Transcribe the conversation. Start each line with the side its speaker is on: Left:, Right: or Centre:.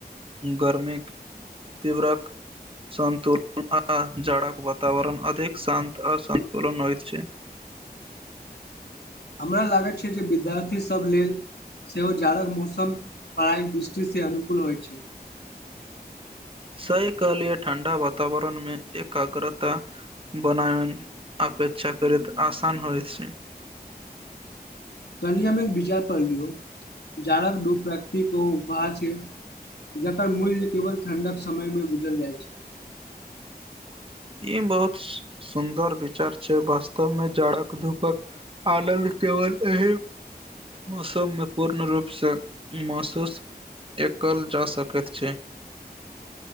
Right: गरमी तीव्रक सतुलन आ जाड़क वातावरण अधिक शान्त असन्तुलन होइतत छै।
Left: हमरा लागैत छै जे विद्यार्थीसभ लेल सेहो जाड़क मौसम पढ़ाईक दृष्टिसँ अनुकूल होइत छै।
Right: सही कहलीय ठण्डा वातावरण में एकाग्रता बनाबयमे अपेक्षाकृत आसान होइत छै।
Left: कमे एक विचार करलियौ जाड़क घूप प्रकृति उपहार छै जकर मूल्य केवल ठण्डक समय में बुझल जाइ छै।
Right: ई बहुत सुन्दर विचार छै, वास्तव में जाड़क धूपक आनन्द केवल एहि मौसममे पूर्ण रूपसँ महसूस एकल जा सकैत छै।